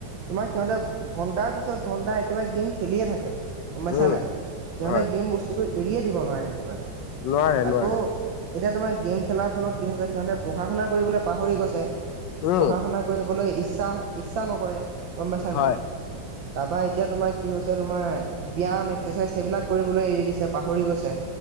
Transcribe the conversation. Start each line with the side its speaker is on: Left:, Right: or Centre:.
Right: তোমাৰ সিহঁতে ঘন্টাৰ পিছত ঘন্টা একেবাৰে গেম খেলিয়ে থাকে। গম পাইছা
Left: উম
Right: নাই, সিহঁতে
Left: হয়
Right: গেম বস্তুটো এৰিয়ে দিব নোৱাৰে একেবাৰে,
Left: নোৱাৰে
Right: আকৌ
Left: নোৱাৰে
Right: এতিয়া তোমাৰ গেম খেলাৰ ফলত কি হৈছে, সিহঁতে পঢ়া শুনা কৰিবলৈ পাহৰি গৈছে।
Left: উম।
Right: পঢ়া- শুনা কৰিবলৈ ইচ্ছা ইচ্ছা নকৰে গম পাইছা
Left: হয়।
Right: নাই তাৰপা এতিয়া তোমাৰ কি হৈছে তোমাৰ ব্যাম, এক্সাৰচাইজ সেইবিলাক কৰিবলৈ এৰি দিছে। পাহৰি গৈছে।